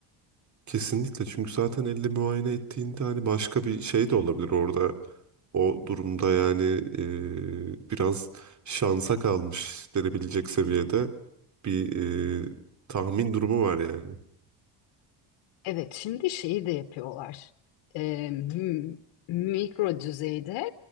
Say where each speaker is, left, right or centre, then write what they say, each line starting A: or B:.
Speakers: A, on the right; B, on the left.
A: Kesinlikle çünkü zaten elle muayene ettiğinde hani başka bir şey de olabilir orada. O durumda yani e, biraz şansa kalmış denebilecek seviyede bir e, tahmin durumu var yani.
B: Evet, şimdi şeyi de yapıyorlar. Ee, m- mikro düzeyde